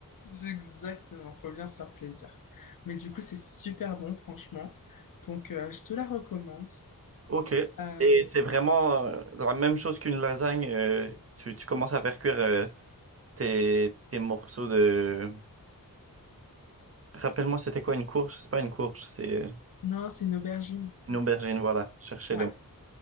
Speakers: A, on the left; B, on the right.
A: C'est exactement, faut bien se faire plaisir. Mais du coup, c'est super bon, franchement. Donc, euh, je te la recommande.
B: OK.
A: Euh,
B: Et c'est vraiment euh, la même chose qu'une lasagne. euh, tu, tu commences à faire cuire euh, tes, tes morceaux de... Rappelle-moi, c'était quoi une courge? C'est pas une courge, c'est euh,
A: non, c'est une aubergine.
B: une aubergine, voilà. Cherchez-le.
A: Ouais.